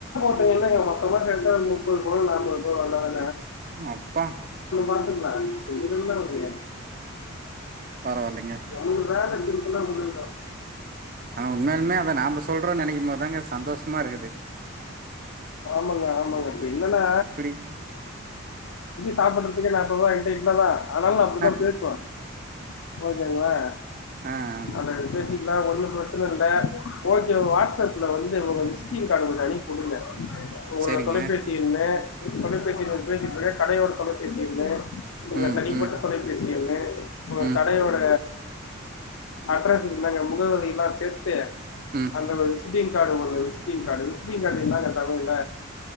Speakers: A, on the left (about 75°); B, on the right (about 40°).
A: ங்க என்னங்க மொத்தமா சேத்தா முப்பது பவுன் நாற்பது பவுன் அவ்ளதா
B: ம் அப்பா
A: பாத்துக்கலாம் இதுல ஒரு
B: பரவாலங்க
A: நம்மளுக்கு வேலை சிம்பிளா முடுஞ்சுறும்
B: ஆனா உண்மையலுமே அத நாம சொல்றோம் நினைக்கும் போதுதாங்க சந்தோஷமா இருக்குது
A: ஆமாங்க ஆமாங்க இப்ப என்னன்னா
B: இப்படி
A: சாப்பிடறதுக்கு நான் அதனால நா அப்டிதான்
B: அ
A: பேசுவன் ஓகேங்களா
B: ஆஹ் ஆம்
A: அத பேசிக்கலா ஒன்னும் பிரச்சன இல்ல ஓகே வாட்ஸ்அப்ல வந்து உங்க விசிட்டிங் கார்டு அனுப்புடுங்க உங்களோட
B: செரிங்க
A: தொலைபேசி என்னு தொலைபேசில பேசிட்ருக்கேன் கடையோட தொலைபேசி என்னு
B: ம்
A: தனிப்பட்ட
B: ம்
A: தொலை பேசி ஒரு
B: ம்
A: கடையோட அட்ரசுங்க முகவரிலாம் சேர்த்து
B: ம்
A: அந்த ம விச்டி்கார்டு ஒண்ணு விச்டிங் கார்டு விச்டிங் கார்டு இனாங்க தமிழ்ல